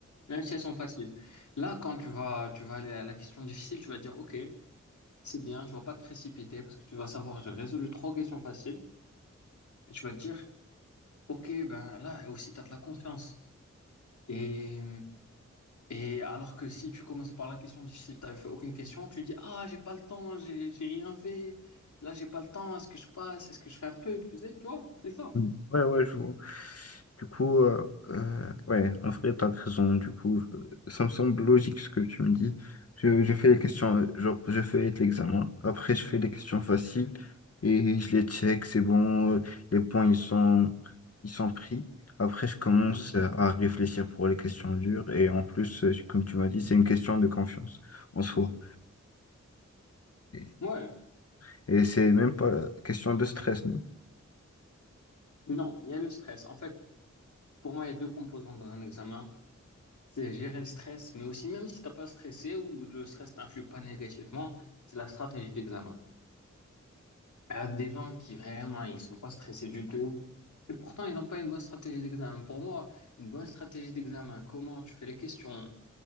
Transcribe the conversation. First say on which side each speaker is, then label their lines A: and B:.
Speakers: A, on the left; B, on the left.
A: Même si elles sont faciles. Là, quand tu vas, tu vas aller à la question difficile, tu vas dire OK. C'est bien, je ne pas te précipiter parce que tu vas savoir, j'ai résolu trois questions faciles et tu vas te dire, ok, ben là aussi, tu as de la confiance. Et, et alors que si tu commences par la question difficile, tu fait aucune question, tu dis, ah, j'ai pas le temps, j'ai j'ai rien fait, là, j'ai pas le temps, est-ce que je passe, est-ce que je fais un truc, tu sais, tu vois, c'est ça.
B: Mm. Ouais, ouais, je vois. Du coup, euh, euh, ouais, en vrai, t'as raison. Du coup, euh, ça me semble logique ce que tu me dis. Je, je fais les questions, euh, genre, je fais l'examen. Après, je fais les questions faciles et je les check, c'est bon. euh, Les points, ils sont, ils sont pris. Après, je commence
A: Mhm.
B: euh, à réfléchir pour les questions dures. Et en plus, euh, comme tu m'as dit, c'est une question de confiance en soi. Et
A: Ouais,
B: et c'est même pas question de stress, non?
A: non, il y a le stress. En fait, pour moi, il y a deux composantes dans un examen. C'est gérer le stress, mais aussi même si t'as pas stressé ou le stress t'influe pas négativement, c'est la stratégie d'examen. À des gens qui vraiment ils sont pas stressés du tout et pourtant ils n'ont pas une bonne stratégie d'examen. Pour moi, une bonne stratégie d'examen, comment tu fais les questions,